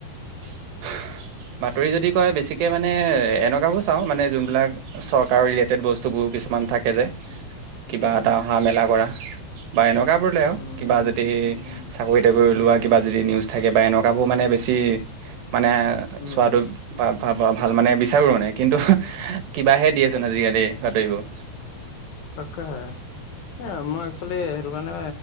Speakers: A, on the right; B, on the left.
A: উ। বাতৰি যদি কয়, বেছিকে মানে এনেকুৱাবোৰ চাওঁ মানে যোনবিলাক চৰকাৰৰ ৰিলেটেড বস্তুবোৰ। কিছুমান থাকে যে
B: উম,
A: কিবা
B: উম,
A: এটা অহা, মেলা কৰা বা এনেকা <unintelligible> আৰু
B: উম,
A: কিবা যদি
B: উম,
A: চাকৰি তাকৰি লোৱা কিবা যদি নিউজ থাকে বা এনেকুৱাবোৰ মানে বেছি মানে
B: উম,
A: চোৱাটো বা ভ ভাল মানে বিচাৰো মানে কিন্তু কিবাহে দিয়েচোন আজিকালি বাতৰিবোৰ।
B: তাকে এ আমাৰ একচোৱেলি সেইটো কাৰণে